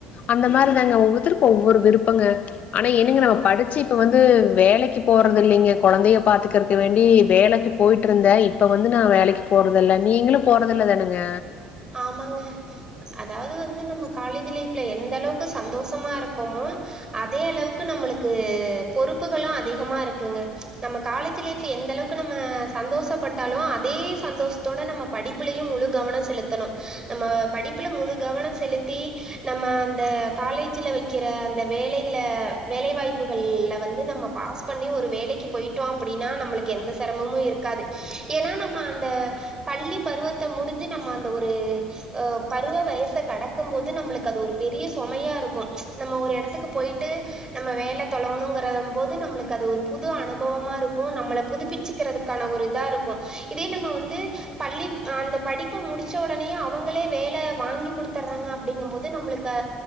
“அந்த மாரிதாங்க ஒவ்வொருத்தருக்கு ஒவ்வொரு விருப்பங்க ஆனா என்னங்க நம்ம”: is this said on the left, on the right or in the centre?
Left